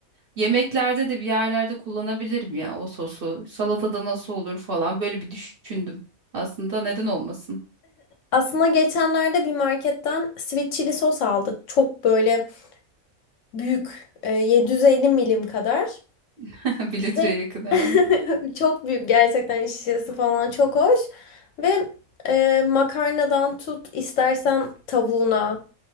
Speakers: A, on the right; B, on the left.
A: Yemeklerde de bir yerlerde kullanabilirim ya o sosu. Salatada nasıl olur falan böyle bir düşündüm. Aslında neden olmasın?
B: Aslında geçenlerde bir marketten sweet chili sos aldık. Çok böyle Büyük. e, 750 milim kadar.
A: <laughs> Bir litreye
B: Ve
A: yakın yani.
B: <laughs> çok büyük gerçekten şişesi falan çok hoş. Ve e, makarnadan tut istersen tavuğuna.